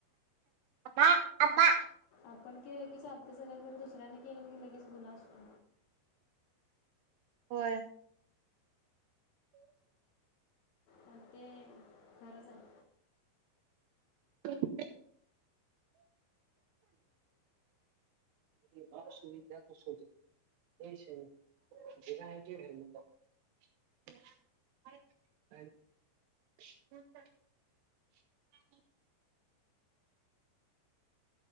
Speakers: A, on the right; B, on the left.
A: आबा आबा.
B: आपण केलं की साफ ते सगळं जर दुसऱ्यानी केलं तर तीस गुणा असतो
A: होय
B: मग ते खरंच आहे
A: <unintelligible> <unintelligible>